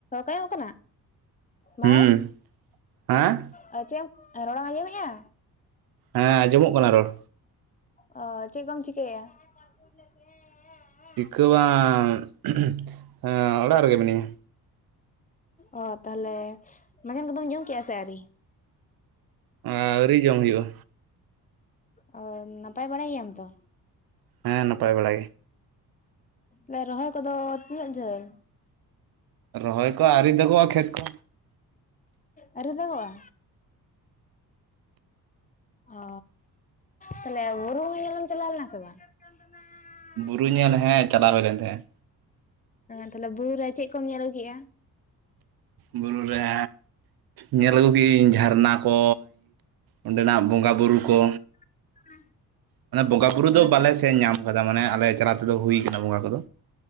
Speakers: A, on the left; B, on the right.
A: ᱠᱚᱭᱚᱜ ᱠᱟᱱᱟ᱾
B: ᱦᱩᱸ
A: ᱵᱷᱟᱭ
B: ᱦᱮᱸ
A: ᱚ ᱪᱮᱫ ᱮᱢ ᱨᱚᱲᱮᱢ ᱟᱸᱡᱚᱢᱮᱼᱟ?
B: ᱦᱮᱸ ᱟᱸᱡᱚᱢᱚᱜ ᱠᱟᱱᱟ ᱨᱚᱲ᱾
A: ᱚ ᱪᱮᱫ ᱠᱚᱢ ᱪᱤᱠᱟᱹᱭᱮ-ᱟ? <inaudible>
B: ᱪᱤᱠᱟᱹ ᱵᱟᱝ ᱦᱮᱸ ᱚᱲᱟᱜ ᱨᱮᱜᱮ ᱢᱤᱱᱟᱹᱧᱟ᱾
A: ᱚ ᱛᱟᱦᱞᱮ ᱢᱟᱡᱟᱱ ᱠᱚᱫᱚᱢ ᱡᱚᱢ ᱠᱮᱜᱼᱟ ᱥᱮ ᱟᱹᱣᱨᱤ?
B: ᱟᱹᱣᱨᱤ ᱡᱚᱢ ᱦᱩᱭᱩᱜᱼᱟ᱾
A: ᱚ ᱱᱟᱯᱟᱭ ᱵᱟᱲᱟ ᱜᱮᱭᱟᱢ ᱛᱚ?
B: ᱦᱮᱸ ᱱᱟᱯᱟᱭ ᱵᱟᱲᱟ ᱜᱮ᱾
A: ᱞᱮ ᱨᱚᱦᱚᱭ ᱠᱚᱫᱚ ᱛᱤᱱᱟᱹᱜ ᱡᱷᱟᱹᱞ?
B: ᱨᱚᱦᱚᱭ ᱠᱚ ᱟᱣᱨᱤ ᱫᱟᱜᱚᱜ-ᱟ ᱠᱷᱮᱛ ᱠᱚ᱾
A: ᱟᱣᱨᱤ ᱫᱟᱜᱚᱜ-ᱟ? ᱚ ᱛᱟᱦᱞᱮ ᱵᱩᱨᱩ ᱵᱚᱸᱜᱟ ᱧᱮᱞᱮᱢ ᱪᱟᱞᱟᱣ ᱞᱮᱱᱟ ᱥᱮ ᱵᱟᱝ? <inaudible>
B: ᱵᱩᱨᱩ ᱧᱮᱞ ᱦᱮᱸ ᱪᱟᱞᱟᱣ ᱦᱩᱭ ᱞᱮᱱ ᱛᱟᱦᱮᱸᱜ᱾
A: ᱮ ᱛᱟᱦᱞᱮ ᱵᱩᱨᱩ ᱨᱮ ᱪᱮᱫ ᱠᱚᱢ ᱧᱮᱞ ᱟᱹᱜᱩ ᱠᱮᱜᱼᱟ?
B: ᱵᱩᱨᱩ ᱨᱮ ᱧᱮᱞ ᱟᱹᱜᱩ ᱜᱤᱭᱤᱧ ᱡᱷᱟᱨᱱᱟ ᱠᱚᱼᱼ ᱚᱸᱰᱮᱱᱟᱜ ᱵᱚᱸᱜᱟ ᱵᱩᱨᱩ ᱠᱚ᱾
A: <unintelligible>
B: ᱢᱟᱱᱮ ᱵᱚᱸᱜᱟᱼ ᱵᱩᱨᱩ ᱫᱚ
A: ᱚᱱᱟ
B: ᱵᱟᱞᱮ
A: ᱥᱟᱶᱛᱮ
B: ᱥᱮᱱ ᱧᱟᱢ ᱠᱟᱫᱟ ᱢᱟᱱᱮ ᱟᱞᱮ ᱪᱟᱞᱟ ᱛᱮᱫᱚ ᱦᱩᱭ ᱠᱟᱱᱟ ᱵᱚᱸᱜᱟ ᱠᱚᱫᱚ᱾